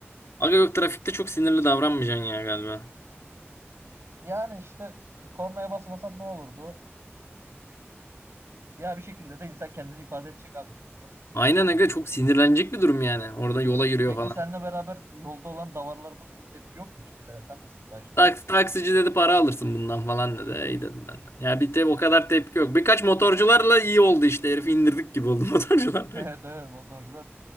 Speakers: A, on the left (about 75°); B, on the right (about 70°).
A: Aga yok trafikte çok sinirli davranmayacaksın ya galiba.
B: Yani işte kornaya basmasan ne olurdu? Ya bir şekilde de insan kendini ifade edecek abi. İyi ki Basmışsın
A: Aynen
B: kornaya.
A: aga çok sinirlenecek bir durum yani. Orada yola
B: Evet.
A: yürüyor
B: Peki
A: falan.
B: seninle beraber yolda olan davarlardan bir tepki yokmuş. Mesela sen misin sadece bu
A: Taks,
B: tepki?
A: taksici
B: <laughs>
A: dedi para alırsın bundan falan dedi. İyi dedim ben de. Ya bir de o kadar tepki yok. Birkaç motorcularla iyi oldu işte. Herifi indirdik gibi oldu <laughs> motorcularla.
B: Evet evet motorcular